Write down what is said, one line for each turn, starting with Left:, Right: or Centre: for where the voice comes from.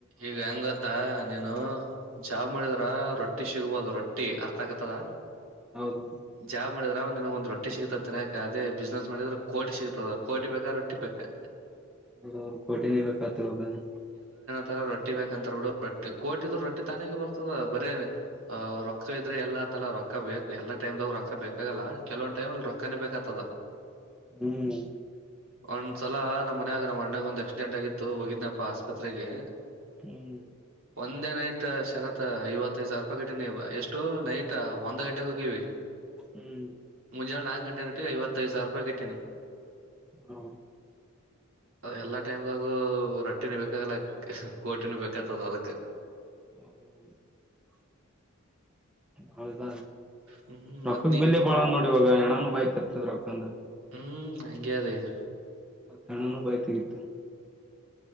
Right: ಈಗ ಹೆಂಗ ಗೊತ್ತಾ ನೀನ್ ಹ ಜಾ ಮಾಡಿದ್ರ ರೊಟ್ಟಿ ಸಿಗ್ಬಹುದು ರೊಟ್ಟಿ ಅ <unintelligible> ಆಘಾತದ
Centre: ಹೌದು
Right: ಜಾಬ್ ಮಾಡಿದ್ರ ಅವ್ ನಿನ್ಗ ಒಂದ ರಟ್ಟಿ ಸಿಗ್ತ ತಿಿನಾಕ ಅದೇ ಬಿಸ್ನೆಸ್ ಮಾಡಿದ್ರ ಕೋಟಿ ಸಿಗ್ತದ ಕೋಟಿ ಬೇಕಾ ರೊಟ್ಟಿ ಬೇಕಾ.
Centre: ಅ ಕೋಟಿ ನೀ ಬೇಕಾದ. <unintelligible>
Right: ತರ ರೊಿ ಬೇಕಂತ ಬಿಡು ರ ಕೋಟಿದ್ರ ರೊಟ್ಟಿ ತಾನೇ ಬರ್ತದ ಬರೀ ರೊಕ್ಕ ಇದ್ರೆ ಎಲ್ಲಾ ತಲಾ ರೊಕ್ಕ ಬೇಕು ಎಲ್ಲಾ ಟೈಮ್್ದಾಗ ರೊಕ್ಕ ಬೇಕಾಗಲ್ಲ ಕೆಲವೊಂದ್ ಟೈಮ್ಲ್ಲಿ ರೊಕ್ಕನೇ ಬೇಕತದ.
Centre: ಹ್ಮ್
Right: ಒಂದ್ಸಲ ನಮ್ಮ್ನ್ಯಾಗ ನಮ್ಮ ಅಣ್ಣಾಗ ಒಂದ್ ಆಕ್ಸಿಡೆಂ ಆಗಿತ್ತು ಹೋಗಿದ್ನ ಪ್ಪ ಆಸ್ಪತ್ರೆಗೆ
Centre: ಹ್ಮ್
Right: ಒಂದೇ ನೈಟ್ ಶರತ್ ಐವತ್ತೈದು ಸಾವರಪ ಕಟೀನಿ ಎಷ್ಟು ನೈಟ್ ಒಂದ್ ಗಂಟೆೆಗೆ ಹೋಗೀಿ
Centre: ಹ್ಮ್
Right: ಮುಂಜ ನಾ ಗಂಟೆ ನಟ್ಟಿಗೆ ಐವತ್ತೈದು ಸಾವಿರ ರೂಪಾಯಿ ಕಟ್ಟಿನಿ
Centre: ಹ್ಮ
Right: ಎಲ್ಲಾ ಟೈಮ್ಾಗ ರೊ ಟಿನ ಬೇಕಾಗಲ್ಲ ಕೋಟಿಿನ ಬೇಕಾಗ್ತದ ಅದಕ್ಕ.
Centre: <inaudible> ಹೌದ
Right: ಹ್ಮ್
Centre: ರೊಕ್ಕಕ್
Right: ಮತ್ ನೀ
Centre: ಬೆಲೆ ಬಾಳ ಅದ ನೋಡ ಇವಾಗ ಹಣಾನೂ ಬಾಯಿ ತೆರಿತದ. <unintelligible>
Right: ಹ್ಮ್ಅಂಗೆ ಅದ ಈಗ.
Centre: ಹೆಣನು ಬಾಯ ತೆಗಿತದ.